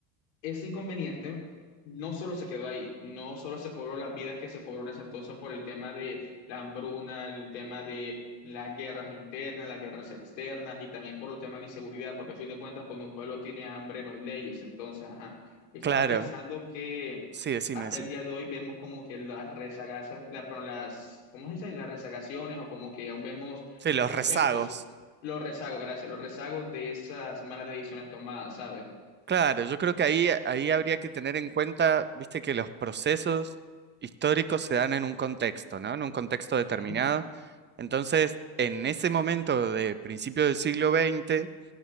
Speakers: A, on the left (about 80°); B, on the right (about 20°).
A: ese inconveniente no solo se quedó ahí, no solo se cobró las vidas que se cobró en ese entonces por el tema de la hambruna, el tema de las guerras internas, las guerras externas y también por los temas de inseguridad, porque a fin de cuentas cuando un pueblo tiene hambre no hay leyes. Entonces, ajá, estaba
B: Claro,
A: pensando que
B: sí, decime,
A: hasta
B: decime.
A: el día de hoy vemos como que las rezagas, la, perdón, las, ¿cómo se dice? Las rezagaciones o como que aún vemos
B: Sí, los
A: efectos,
B: rezagos.
A: los rezagos, gracias, los rezagos de esas malas decisiones tomadas, ¿sabes?
B: Claro, yo creo que ahí, ahí habría que tener en cuenta, viste, que los procesos históricos se dan en un contexto, ¿no? En un contexto determinado.
A: Ujú,
B: Entonces, en ese momento de principio del siglo XX,